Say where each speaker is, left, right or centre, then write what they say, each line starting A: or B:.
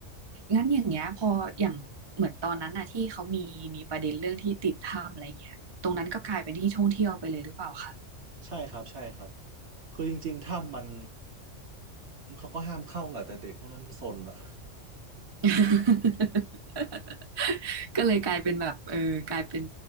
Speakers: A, on the right (about 30°); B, on the right (about 65°).
A: งั้นอย่างเงี้ยพออย่างเหมือนตอนนั้นน่ะที่เขามีมีประเด็นเรื่องที่ติดถ้ำอะไรเงี้ยตรงนั้นก็กลายเป็นที่ท่องเที่ยวไปเลยหรือเปล่าคะ
B: ใช่ครับใช่ครับคือจริงๆถ้ำมันเขาก็ห้ามเข้าแหละแต่เด็กพวกนั้นซนอะ
A: <laughs> ก็เลยกลายเป็นแบบเออกลายเป็น